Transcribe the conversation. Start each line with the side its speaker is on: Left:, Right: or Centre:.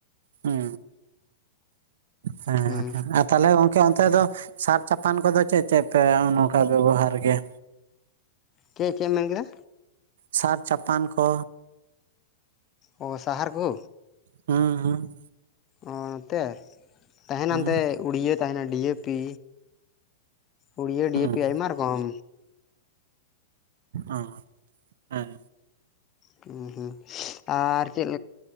Right: ᱦᱩᱸ ᱦᱮᱸ
Left: ᱦᱩᱸ
Right: ᱦᱮᱸ ᱛᱟᱦᱚᱞᱮ ᱜᱚᱝᱠᱮ ᱚᱱᱛᱮ ᱫᱚ ᱥᱟᱨ ᱪᱟᱯᱟᱱ ᱠᱚᱫᱚ ᱪᱮᱫ ᱪᱮᱫ ᱯᱮ ᱱᱚᱝᱠᱟ ᱵᱮᱵᱚᱦᱟᱨ ᱜᱮᱭᱟ
Left: ᱪᱮᱫ ᱪᱮᱫ ᱮᱢ ᱢᱮᱱ ᱠᱮᱫᱟ
Right: ᱥᱟᱨ ᱪᱟᱯᱟᱱ ᱠᱚ
Left: ᱚᱻ ᱥᱟᱦᱟᱨ ᱠᱚ
Right: ᱦᱩᱸ ᱦᱩᱸ
Left: ᱚ ᱱᱚᱛᱮ ᱛᱟᱦᱮᱸᱱᱟ
Right: ᱦᱩᱸ
Left: ᱱᱚᱛᱮ ᱩᱲᱭᱟᱹ ᱛᱟᱦᱮᱸᱱᱟ ᱰᱤᱼᱮ-ᱯᱤ ᱩᱲᱤᱭᱟᱹ
Right: ᱦᱩᱸ
Left: ᱰᱤ-ᱮ-ᱯᱤ ᱟᱭᱢᱟ ᱨᱚᱠᱚᱢ
Right: ᱚ ᱦᱮᱸ
Left: ᱦᱮᱸ ᱦᱩᱸ ᱟᱨ ᱪᱮᱫ